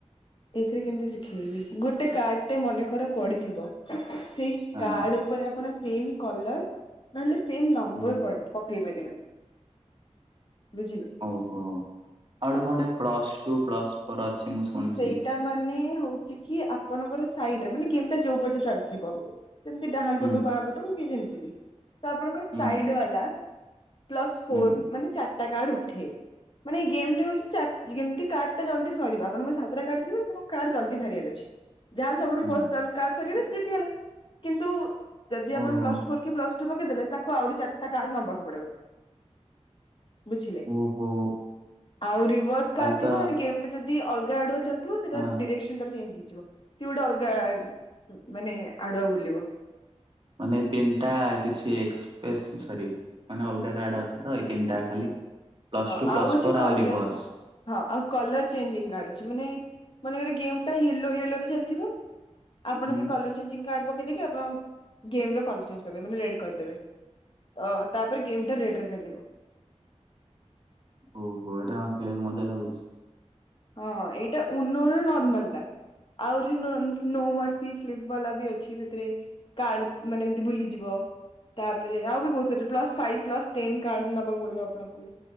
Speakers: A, on the left (about 45°); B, on the right (about 45°).
A: ଏଇଥିରେ କେମିତି ଶିଖେଇବି, ଗୋଟେ କାର୍ଡ ଟେ ମନେକର ପଡିଥିବ, ସେଇ
B: ହଁ
A: କାର୍ଡ ଉ ଉପରେ ଆପଣ ସେମ୍ କଲର, ନହେଲେ ସେମ୍ ନମ୍ବର
B: ହଁ
A: ପଡେ ପକେଇ ପାରିବେ, ବୁଝିଲେ।
B: ଓହୋ, ଆଉ ଗୋଟେ କଣଟେ ପ୍ଲସ୍ ଟୁ, ପ୍ଲସ୍ ଫୋର ଅଛି, ମୁଁ ଶୁଣିଛି
A: ସେଇଟା ମାନେ ହଉଛି କି ଆପଣଙ୍କର ସାଇଡରେ, ମାନେ ଗେମ୍ ଟା ଯୋଉ ପଟେ ଚାଲିଥିବ, ମ ସେମତି ଡାହାଣ
B: ହୁଁ
A: ପଟୁ ବାଁ ପଟୁକୁ କି ଯେମିତି ବି, ତ ଆପଣଙ୍କ
B: ହୁଁ
A: ସାଇଡ୍ ବାଲା ପ୍ଲସ୍ ଫୋର,
B: ହୁଁ
A: ମାନେ ଚାରିଟା କାର୍ଡ ଉଠେଇବେ। ମାନେ ଇ ଏଇ ଗେମ୍ ଟା ହଉଚି, ଯେମିତି କାର୍ଡଟା ଜଲ୍ଦି ସରିବ, ଆପଣ ବାସ୍ ସାତଟା କାର୍ଡ ଥିବ, ଆପଣଙ୍କୁ କାର୍ଡ ଜଲଦି ସାରିବାର ଅଛି। ଯାହାର ସବୁଠୁ
B: ହୁଁ
A: ଫର୍ଷ୍ଟ ଜଲ୍ କାର୍ଡ ସରିଗଲା, ସିଏ ଜିତି ଗଲା, କିନ୍ତୁ ଯଦି ଆପଣ
B: ଓହୋ
A: ପ୍ଲସ୍ ଫୋର୍ କି ପ୍ଲସ୍ ପ୍ଲସ୍ଟଟୁ ପକେଇଦେଲେ, ତାକୁ ଆଉରି ଚାରିଟା କାର୍ଡ଼ ନବାକୁ ପଡିବ, ବୁଝିଲେ।
B: ଓହୋ।
A: ଆଉ ରିଭର୍ସ
B: ତାହେଲେ
A: କାର୍ଡ ଥିବ,
B: ତ
A: ମାନେ ଗେମ୍ ଟା ଯଦି ଅଲଗା ଆଡୁଆ ଚାଲ୍ ଥିବ, ସେଟା
B: ହଁ
A: ଡିରେକ୍ସନ ତାର ଚେଞ୍ଜ ହେଇଯିବ, ସିଏ ଗୋଟେ ଅଲଗା ମାନେ, ଆଡୁଆ ବୁଲିବ।
B: ମାନେ ତିନିଟା କିଛି ଏକ୍ସପେସ୍, ସରି ମାନେ ଅଲଗା କାର୍ଡ ଅଛି ତ ଏଇ ତିନିଟା ଖାଲି ପ୍ଲସ୍ଟଟୁ,
A: ହଁ ଆଉ
B: ପ୍ଲସ୍
A: ଅଛି
B: ଫୋର,
A: କଲର
B: ଆଉ ରିଭର୍ସ।
A: ହଁ, ଆଉ କଲର ଚେଞ୍ଜିଙ୍ଗ୍ କାର୍ଡ ଅଛି, ମାନେ, ମାନେକର ଗେମ୍ ଟା ୟେଲୋ ୟେଲୋରେ ଚାଲିଥିବ ଆପଣ
B: ହୁଁ
A: ସେ କଲର ଚେଞ୍ଜିଙ୍ଗ କାର୍ଡ ପକେଇଦେଇକି, ଆପଣ ଗେମ୍ ର କଲର ଚେଞ୍ଜ କରିବେ, ମାନେ ରେଡ଼୍ କରିଦେବେ। ତ, ତାପରେ ଗେମ୍ ଟା ରେଡ୍ ରେ ଚାଲିବ।
B: ଓହୋ, ଏଇଟା କଣ ଖେଳିବାକୁ ମଜା ଲାଗୁଛି?
A: ହଁ, ଏଇଟା ଉନୁର ନର୍ମାଲ୍ ଟା। ଆହୁରି ନୋନ୍ ନୋ ମର୍ସି ଫ୍ଲିପ ବାଲା ବି ଅଛି, ସେଥିରେ କାର୍ଡ, ମାନେ ଏମିତି ବୁଲିଯିବ। ତାପରେ, ଆଉ ବି ବହୁତ plus five, plus ten, card ନବାକୁ ପଡିବ ଆପଣଙ୍କୁ।